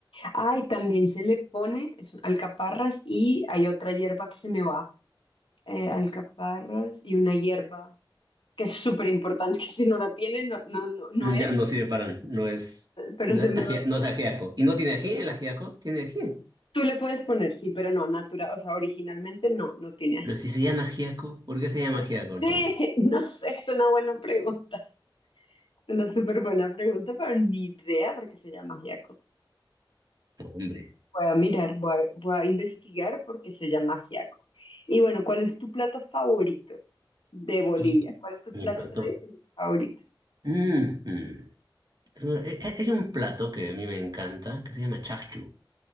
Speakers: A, on the left (about 80°); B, on the right (about 50°).
A: Ah, y también se le pone es- alcaparras y hay otra hierba que se me va. eh, alcaparras y una hierba que es súper importante, <laughs> que si no la tiene, no, no, no, no
B: Mm,
A: es,
B: Ya no sirve para, no es,
A: pero
B: no
A: se
B: es
A: me
B: agia-
A: va.
B: no es ajiaco. ¿Y no tiene ají el ajiaco? ¿Tiene ají?
A: Tú le puedes poner, sí, pero no, natural, o sea, originalmente no, no tiene así.
B: Pero si se llama Giaco, ¿por qué se llama Giaco entonces?
A: Sí, <laughs> no sé, es una buena pregunta. Es una súper buena pregunta, pero ni idea por qué se llama ajiaco.
B: Hombre,
A: Voy a mirar, voy a, voy a investigar por qué se llama ajiaco. Y bueno, ¿cuál es tu plato favorito de Bolivia?
B: y
A: ¿Cuál es tu
B: mi
A: plato
B: plato.
A: tradicional favorito?
B: Mm, mm. Es un- eh, eh, Hay un plato que a mí me encanta que se llama chakchu.